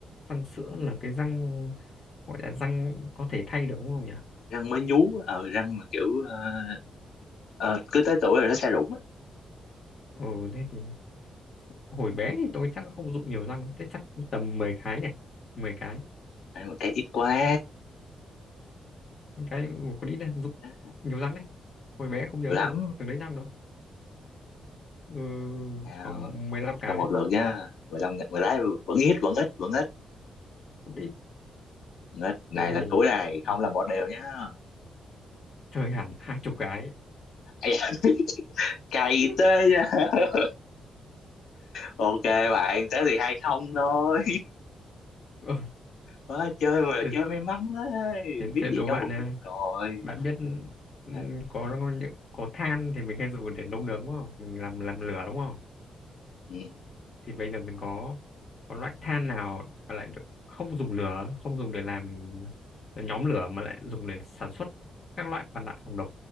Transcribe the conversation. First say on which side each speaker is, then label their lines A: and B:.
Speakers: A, on the left; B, on the left.
A: răng sữa
B: ừ.
A: là cái răng gọi là răng có thể thay được đúng không nhỉ
B: răng mới nhú ờ răng mà kiểu ờ, ờ, cứ tới tuổi rồi nó sẽ rụng ấy
A: ừ thế thì hồi bé thì tôi chắc không dụng nhiều răng thế chắc tầm 10 cái nhỉ 10 cái
B: ăn một cái ít quá
A: cái ừ, còn ít đấy dụng
B: nhiều
A: nhiều răng đấy hồi bé không nhớ
B: lắm
A: là dụng từng đấy răng đâu ừ,
B: nào
A: khoảng 15
B: một
A: cái
B: câu một lượt nha mười lăm ngày- mười lái vẫn ít vẫn ít vẫn ít
A: còn ít
B: vẫn ít này
A: thế
B: là
A: thì,
B: cuối này không
A: thì
B: là một đều nhá
A: chơi hẳn hai chục cái
B: Ây da, <laughs> cày
A: <laughs>
B: tê nha <laughs> ok bạn thế thì hay không thôi
A: Ừ,
B: Má, chơi mà
A: thế,
B: chơi may mắn ấy
A: thế
B: biết
A: thế
B: gì
A: đố
B: cho
A: bạn
B: một
A: nha
B: lượt rồi
A: bạn biết ừ,
B: à,
A: có những- có than thì mình hay dùng để nấu nướng đúng không mình làm làm lửa đúng không
B: ừ.
A: thì bây giờ mình có có loại than nào mà lại được không dùng lửa không dùng để làm ờ, nhóm lửa mà lại dùng để sản xuất các loại mặt nạ phòng độc